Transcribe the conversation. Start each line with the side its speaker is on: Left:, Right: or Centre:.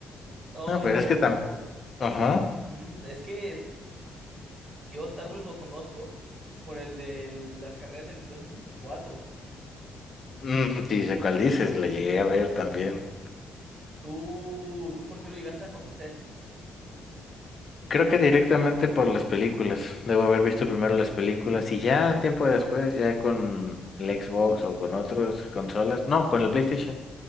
Right: No,
Left: No,
Right: yo,
Left: pero es que también, ajá,
Right: ujú, es que yo Star Wars lo conozco por el de las carreras del Nintendo 64.
Left: mm, sí, sé cuál dices, la llegué a ver también.
Right: ¿Tú, tú por qué lo llegaste a conocer?
Left: Creo que directamente por las películas. Debo haber visto primero las películas y ya tiempo después, ya con el Xbox o con otras consolas. No, con el PlayStation.